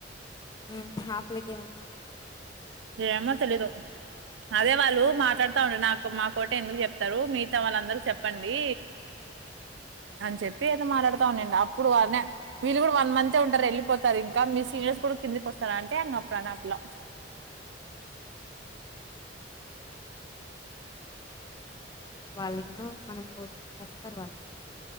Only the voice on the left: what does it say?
హు ఆ పిల్లకి ఏమైంది
<unintelligible>
వాళ్ళకిినో మనకు పోతే వస్తారు వాళ్ళ